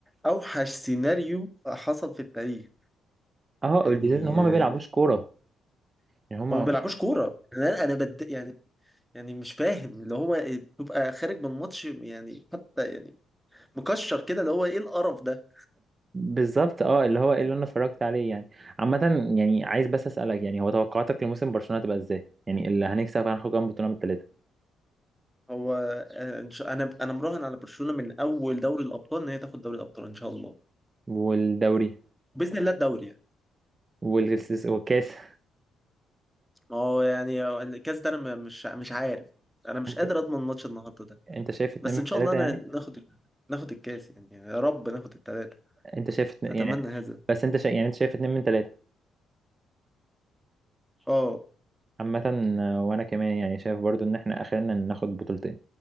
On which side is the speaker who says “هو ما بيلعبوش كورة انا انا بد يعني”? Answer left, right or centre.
Centre